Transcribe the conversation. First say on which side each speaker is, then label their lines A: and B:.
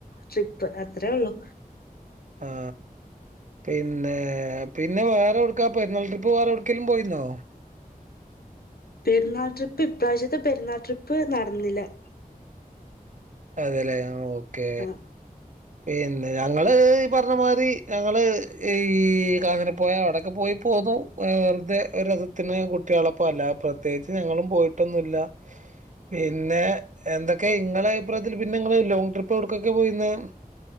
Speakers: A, on the left; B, on the right.
A: ട്രിപ്പ് അത്രേ ഉള്ളു
B: ആ പിന്നെ പിന്നെ വേറെ എവിടുക്കാ പെരുന്നാൾ ട്രിപ്പ് വേറെ എവിടുക്കേലും പോയിരുന്നോ
A: പെരുന്നാൾ ട്രിപ്പ് ഇപ്രാവശ്യത്തെ പെരുന്നാൾ ട്രിപ്പ് നടന്നില്ല
B: അതെല്ലെ ആ ഓ ഓക്കേ
A: ആഹ്
B: പിന്നെ ഞങ്ങള് ഈ പറഞ്ഞ മാതിരി ഞങ്ങള് ഈ കാഞ്ഞരപോയ അവിടൊക്കെ പോയി പോന്നു വെറുതെ രസത്തിന് കുട്ടികളപ്പം അല്ലാതെ പ്രത്യേകിച്ച് ഞങ്ങളും പോയിട്ടൊന്നുമില്ല പിന്നെ എന്തൊ ക്കെ ഇങ്ങളെ അഭിപ്രായത്തിൽ പിന്നെ നിങ്ങള് ലോങ് ട്രിപ്പ് എവിടുകൊക്കെയാ പോയിരുന്നെ